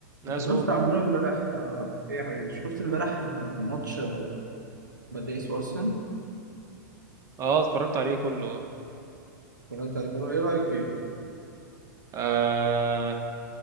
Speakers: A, on the right (about 30°); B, on the right (about 80°).
A: ناسو
B: انت شفت عمور امبارح آه، ايه يا حبيبي شفت امبارح آه، ماتش آه، باريس وارسنال
A: اه اتفرجت عليه كله اه
B: اتفرجت عليه كله. ايه رايك فيه؟
A: آه،